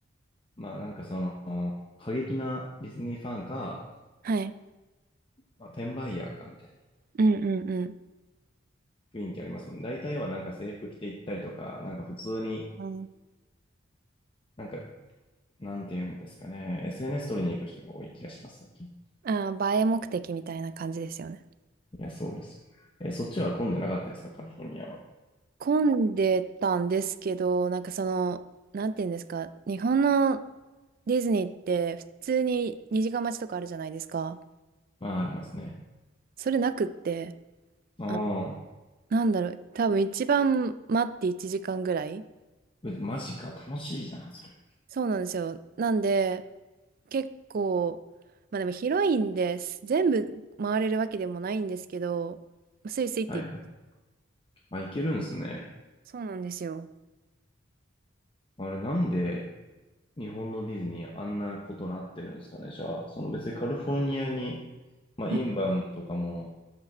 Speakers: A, on the left; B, on the right.
A: まあなんかその、過激なディズニーファンか、
B: はい。
A: まあ、転売ヤーかみたい
B: うんうんうん。
A: な雰囲気ありますもんね。大体はなんか制服着て行ったりとか、なんか普通に、
B: あ
A: なんか、なんて言うんですかね、SNS 撮りに行く人が多い気がします、最近。い
B: あ映え目的みたいな感じですよね。
A: や、そうですよね。え、そっちは混んでなかったですか、カリフォルニアは。
B: 混んでたんですけど、なんかその、なんていうんですか、日本のディズニーって普通に2時間待ちとかあるじゃないですか。
A: まあ、ありますね。
B: それなくって、
A: ああ、
B: あ、なんだろう、多分一番待って1時間ぐらい
A: えマジか、楽しいな、それ。
B: そうなんですよ。なんで、結構、まあでも広いんです。全部回れるわけでもないんですけど、スイスイって、
A: はいはい。あ、行けるんですね。
B: そうなんですよ。
A: あれ、なんで、日本のディズニーあんなことなってるんですかね。じゃあ、その別にカリフォルニアに、まあ、
B: うん
A: インバウンドとかも